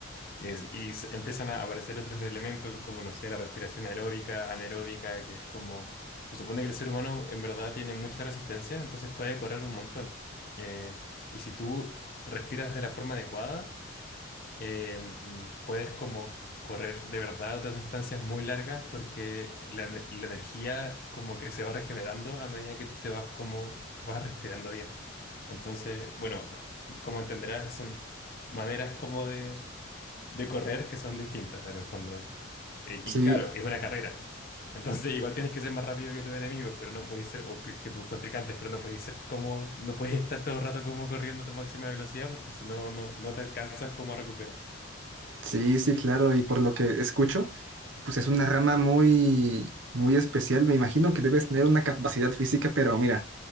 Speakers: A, on the left; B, on the right.
A: es- y s- empiezan a aparecer otros elementos como, no sé, la respiración aeróbica, anaeróbica, que es como... Se supone que el ser humano en verdad tiene mucha resistencia, entonces puede correr un montón. Eh, y si tú respiras de la forma adecuada, eh, puedes como correr de verdad otras distancias muy largas porque la, ener- la energía como que se va regenerando a medida que tú te vas como vas respirando bien. Entonces, bueno, como entenderás, son maneras como de de correr que son distintas en el fondo. Eh, y
B: sí,
A: claro, es una carrera. Entonces igual tienes que ser más rápido que tus enemigos, pero no podéis ser, o que, que tus contrincantes, pero no podéis ser como, no podéis estar todo el rato como corriendo a tu máxima velocidad porque si no, no, no te alcanzas como a recuperar.
B: sí, sí, claro. Y por lo que escucho, pues es una rama muy, muy especial. Me imagino que debes tener una capacidad física, pero mira.